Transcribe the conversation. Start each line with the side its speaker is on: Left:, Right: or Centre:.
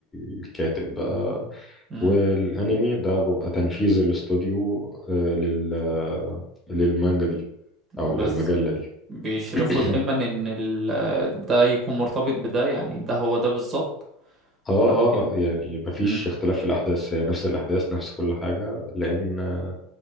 Left: الكاتب بقى
Right: امم
Left: والانمي ده بيبقى تنفيذ الاستوديو آه، لل آه، للمانجا دي او
Right: بس
Left: للمجلة دي
Right: بيشرفوا
Left: <clears throat>
Right: دايما ان ال... ده يكون مرتبط بده يعني ده هو ده بالظبط
Left: اه
Right: ولا ممكن
Left: اه يعني مفيش
Right: مم.
Left: اختلاف في الاحداث هي نفس الاحداث نفس كل حاجه لان آه،